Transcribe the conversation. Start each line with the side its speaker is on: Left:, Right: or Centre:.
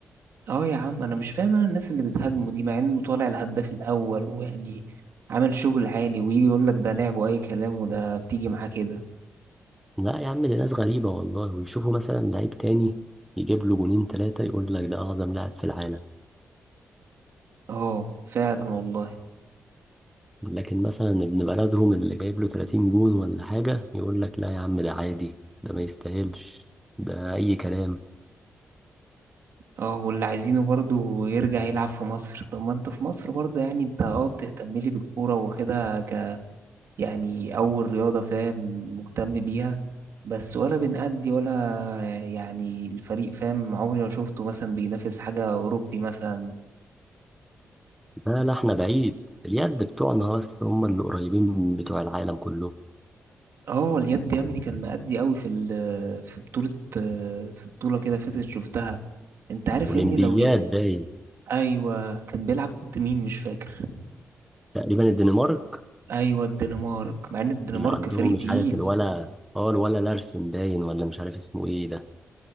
Right: اه يا عم انا مش فاهم انا الناس اللي بتهاجمه دي مع انه طالع الهداف الاول ويعني عامل شغل عالي ويجي يقول لك ده لعب واي كلام وده بتيجي معاه كده
Centre: لا يا عم دي ناس غريبه والله ويشوفوا مثلا لعيب تاني يجيب له جونين ثلاثه يقول لك ده اعظم لاعب في العالم
Right: اه فعلا والله
Centre: لكن مثلا ابن بلدهم اللي جايب له 30 جون ولا حاجه يقول لك لا يا عم ده عادي ده ما يستاهلش ده اي كلام
Right: اه واللي عايزينه برضه يرجع يلعب في مصر طب ما انت في مصر برضه يعني انت اه بتهتم لي بالكورة وكده يعني أول رياضة فاهم مهتم بيها بس ولا بنأدي ولا يعني الفريق فاهم عمري ما شفته مثلا بينافس حاجة أوروبي مثلا
Centre: لا لا احنا بعيد اليد بتوعنا بس هم اللي قريبين بتوع العالم كله
Right: اه اليد يا ابني كان مأدي قوي في ال- في بطولة في بطولة كده فاتت شفتها انت عارف
Centre: اولمبياد
Right: يا ابني لو ايه
Centre: باين
Right: ايوه كان بيلعب ضد مين مش فاكر
Centre: تقريبا الدنمارك
Right: ايوه الدنمارك مع ان الدنمارك
Centre: اللي عندهم
Right: فريق
Centre: مش
Right: تقيل
Centre: عارف الولا اه الولا لارسن باين ولا مش عارف اسمه ايه ده